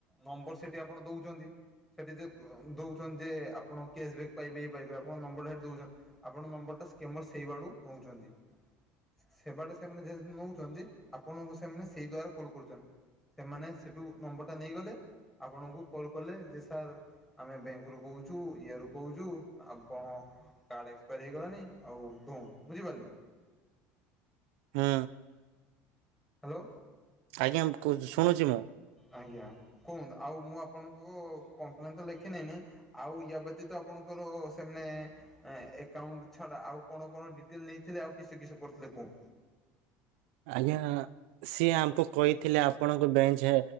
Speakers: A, in the centre; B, on the right (about 80°).
A: ନମ୍ବର ସେଠି ଆପଣ ଦଉଚନ୍ତି। ସେଠି ଯେ ଅ ଦଉଚନ୍ ଯେ ଆପଣ କେସ୍ <unintelligible> ପାଇବେ ଇ ପାଇବେ ଆପଣ ନମ୍ବର <unintelligible> ଦଉଚନ୍ ଆପଣ ନମ୍ବରଟା ସ୍କେମର ସେଇ ୱାଡୁ ନଉଚନ୍ତି। ସେବାଟେ ସେମାନେ ଯେହେତୁ ନଉଚନ୍ତି ଆପଣଙ୍କୁ ସେମନେ ସେଇ ଦ୍ଵାର କଲ୍ କରୁଚନ୍। ସେମାନେ ସେଟୁ ନମ୍ବରଟା ନେଇଗଲେ ଆପଣଙ୍କୁ କଲ୍ କଲେ ଯେ ସାର୍ ଆମେ ବ୍ୟାଙ୍କରୁୁ କହୁଚୁ ଇୟା ରୁ କହୁଚୁ ଆପଣ କାର୍ଡ଼ ଏକ୍ସପାର୍ ହେଇଗ <unintelligible> ଣିି ଆଉ ଦୋନ୍ ବୁଝିପାରଲେ।
B: ହୁଁ
A: ହାଲୋ।
B: ଆଜ୍ଞା କୁହୁ ଶୁଣୁଚି ମୁଁ।
A: ଆଜ୍ଞା କୁହନ୍ତୁ ଆଉ ମୁଁ ଆପଣଙ୍କୁ କମ୍ପ୍ଲେନ୍ ତ ଲେଖିନେନି। ଆଉ ୟା ବ୍ୟତୀତ ଆପଣଙ୍କର ସେ ମନେ। ଏଁ ଏକାଉଣ୍ଟ ଛାଡା ଆଉ କଣ କଣ ଡିଟେଲ ନେଇଥିଲେ ଆଉ କିସ କିସ କରିଥିଲେ କୁହ।
B: ଆଜ୍ଞା ସିଏ ଆମକୁ କହିଥିଲେ ଆପଣଙ୍କ ବ୍ୟାଙ୍କ ଚେ